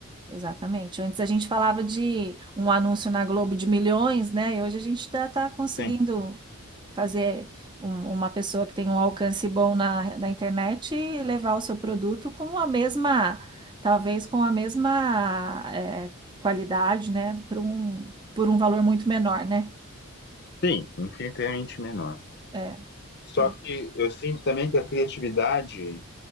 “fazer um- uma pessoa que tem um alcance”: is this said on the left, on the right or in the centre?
Right